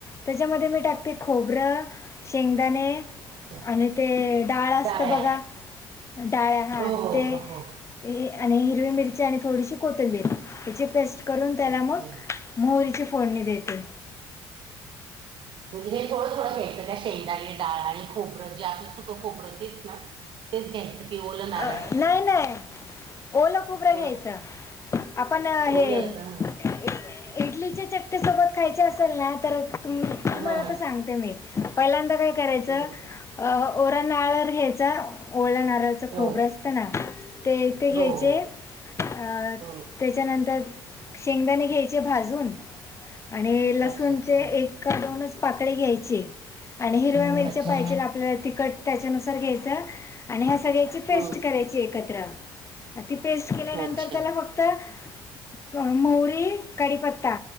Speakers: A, on the left; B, on the right.
A: त्याच्यामध्ये मी टाकते खोबरं, शेंगदाणे
B: अच्छा
A: आणि ते डाळ असतं
B: डाळ्या
A: बघा डाळया हा
B: हो
A: ते
B: हो हो
A: ए आणि हिरवी मिरची आणि थोडीशी कोथिंबीर हिची पेस्ट करून त्याला
B: अच्छा
A: मग मोहरीची फोडणी देते.
B: म्हणजे हे थोडं थोडं घ्यायचं काय शेंगदाणे, डाळ आणि खोबरं जे आपले सुखं खोबरं तेच ना तेच घ्यायचं की ओलं नारळ
A: अ नाय नाय ओल खूबरं
B: हं,
A: घ्यायचं आपण हे
B: ओलं
A: ए
B: का
A: इडलीच्या चट्टे सोबत खायचे असेल ना तर मला
B: हां
A: तर सांगते मी पहिल्यांदा काय करायचं
B: हं,
A: अ ओरा नारळ घ्याचं ओला नारळ त खोबरं
B: हो
A: असतना ते
B: हो
A: ते घ्यायचे
B: हो
A: आ
B: हं,
A: त्याच्यानंतर शेंगदाणे घ्यायचे भाजून आणि लसूणचे
B: अच्छा हां
A: एक का दोनच पाकडे घ्यायचे आणि हिरव्या मिरच्या
B: अच्छा
A: पाहिजेल आपल्याला तिकट त्याच्यानुसार घ्यायच आणि ह्या सगळ्याची पेस्ट
B: हं,
A: करायची एकत्र. ती पेस्ट केल्यानंतर
B: अच्छा
A: त्याला फक् त मोहरी, कडीपत्ता